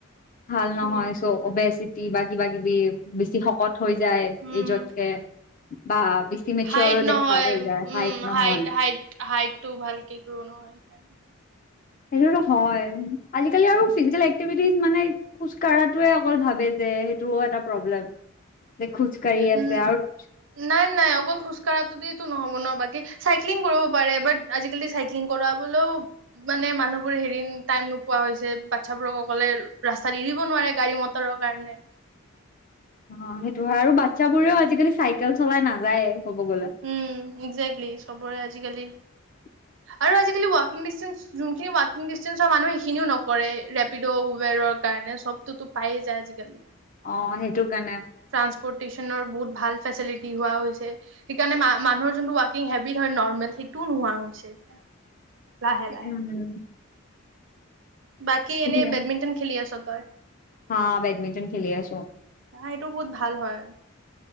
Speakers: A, on the left; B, on the right.
A: ভাল নহয়
B: উম
A: চ' অবেচিটি বা কিবা কিবি বেছি শকত হৈ যায়
B: উম
A: এজতকে। বা
B: হাইট নহয়
A: দেখাত হৈ যায়
B: উম
A: নহয়
B: হাইট হাইট হাইটটো ভালকে গ্ৰ' নহয় সেইকাৰণে-
A: সেইটোতো হয়, আজিকালি আৰু ফিজিকেল এক্টিভিটিজ মানে খোজ কাঢ়াতোৱে অকল ভাবে যে সেইটোও এটা প্ৰব্লেম, যে খোজ কঢ়ি
B: উম
A: আছে আৰু-
B: নাই নাই অকল খোজ কাঢ়াটোতেতো নহ'ব ন বাকী চাইক্লিং কৰিব পাৰে বাত আজিকালি চাইক্লিং কৰাবলৈ মানে মানুহবোৰে হেৰি টাইম নোপোৱা হৈছে, বাচ্ছাবোৰক অকলে ৰাস্তাত এৰিব নোৱাৰে গাড়ী মটৰ মটৰৰ কাৰণে।
A: অ সেইটো হয় আৰু বাচ্ছাবোৰেও আজিকালি চাইকেল চলাই নাযায়েই ক'ব গ'লে।
B: উম একজাককটলি চবৰে আজিকালি
A: <inaudible>
B: আৰু আজিকালি ৱাকিং ডিচটেঞ্চ যোনখিনি ৱাকিং ডিচষ্টেঞ্চৰ মানুহ সেইখিনিও নকৰে, ৰেপিড' উবেৰৰ কাৰণে চব চবতো পায়ে যায় আজিকালি।
A: অ সেইটোৰ কাৰণে।
B: ট্ৰান্সপোৰ্টেশনৰ বহুত ভাল ফেচিলিটি হোৱা হৈছে। সেইকাৰণে মা মানুহৰ যোনটো ৱাকিং হেবিট হয় নৰ্মেল সেইটোও নোহোৱা হৈছে এতিয়া। লাহে লাহে
A: উম'।
B: বাকী এনে
A: এতিয়া
B: বেডমিণ্টন খেলি আছো তই?
A: হা বেডমিণ্টন খেলি আছো।
B: হা এইটো বহুত ভাল হয়।